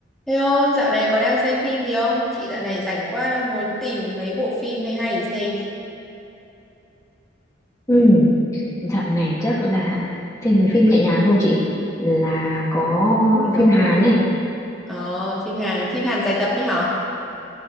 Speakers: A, in the centre; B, on the left (about 20°).
A: Hello, dạo này có đang xem phim gì không? Chị dạo này rảnh quá đang muốn tìm mấy bộ phim hay hay để xem.
B: Ừ, dạo này chắc là xem mấy phim nhẹ nhàng không chị? Là có
A: Cũng được,
B: phim Hàn
A: cũng được.
B: ấy,
A: Ờ, phim Hàn, phim Hàn dài tập đi hả?